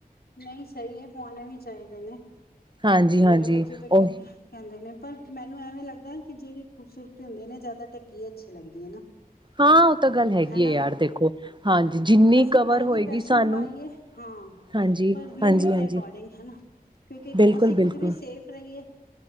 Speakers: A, on the left; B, on the right.
A: ਨਈ ਸਈ ਏ ਪੁਆਣੇ ਵੀ ਚਾਈਦੇ ਨੇ।
B: ਹਾਂਜੀ ਹਾਂਜੀ
A: ਮੇਰੇ ਬੱਚੇ ਤੇ
B: ਉਹ
A: ਖੁੰਦ ਕਹਿੰਦੇ ਨੇ ਪਰ ਮੈਨੂੰ ਐਵੇਂ ਲੱਗਦਾ ਐ ਕਿ ਜੇੜੀ ਖੂਬਸੂਰਤ ਤੇ ਹੁੰਦੀਆਂ ਨੇ ਜ਼ਿਆਦਾ ਢੱਕੀ ਅੱਛੀ ਲੱਗਦੀ ਏ ਨਾ।
B: ਹਾਂ ਉਹ ਤਾਂ ਗੱਲ ਹੈਗੀ
A: ਹਨਾ
B: ਏ ਯਾਰ ਦੇਖੋ। ਹਾਂਜੀ ਜਿੰਨੀ
A: ਅਸੀਂ
B: ਕਵਰ
A: ਪਾਈਏ
B: ਹੋਏਗੀ
A: ਵੈਸਟਰਨ
B: ਸਾਨੂੰ
A: ਪਾਈਏ ਹਾਂ
B: ਹਾਂਜੀ,
A: ਪਰ ਲਿਮਿਟ
B: ਹਾਂਜੀ-ਹਾਂਜੀ
A: ਦੇ ਅਕੋਰਡਿੰਗ ਹਨਾ ਕਿਉਂਕਿ
B: ਬਿਲਕੁਲ
A: ਅਸੀਂ
B: ਬਿਲਕੁਲ
A: ਖੁਦ ਵੀ ਸੇਫ ਰਈਏ